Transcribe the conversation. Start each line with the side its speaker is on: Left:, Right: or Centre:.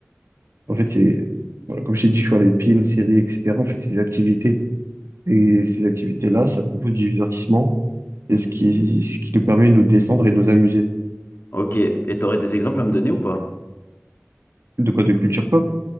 Right: En fait, c'est, voilà, comme je t'ai dit, tu vois, les films, séries, etc. En fait, c'est des activités. Et ces activités-là, ça propose du divertissement. Et ce qui, ce qui nous permet de nous détendre et de nous amuser.
Left: ok. Et t'aurais des exemples à me donner ou pas?
Right: De quoi? De culture pop?